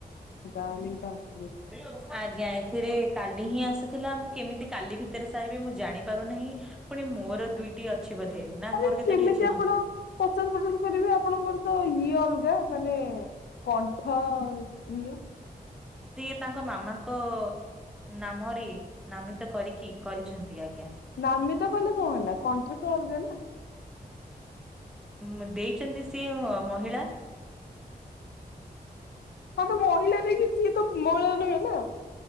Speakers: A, on the left; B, in the centre.
A: <unintelligible>
B: ଏଇ ଆଜ୍ଞା ଏଥିରେ କାଲି ହିଁ ଆସୁଥିଲା ମୁଁ କେମିତି କାଲି ଭିତରେ ସାରିବି ମୁଁ ଜାଣି ପାରୁନାହିଁ ପୁଣି ମୋର ଦୁଇଟି ଅଛି ବୋଧେ ନା
A: ଆରେ
B: ମୋର କେତୋଟି
A: କେମିତି
B: ଅଛି
A: ଆପଣ
B: ହଁ
A: ପଚାଶ ପଚାଶ କରିବେ ଆପଣଙ୍କର ତ ଇଏ ଲଗା ମାନେ କଣ୍ଠ ସି
B: ସିଏ ତାଙ୍କ ମାମାଙ୍କ ନାମରେ ନାମିତ କରିକି କରିଛନ୍ତି ଆଜ୍ଞା।
A: ନାମି ତ କଲେ କଣ ହେଲା କଣ୍ଠ ତ ଏଲଗ ନା।
B: ମଁ ଦେଇଛନ୍ତି ସିଏ ମହିଳା
A: ହଁ ତ ମହିଳା ଦେଇକି ସିଏ ତ ମହିଳା ନୁହେଁ ନା।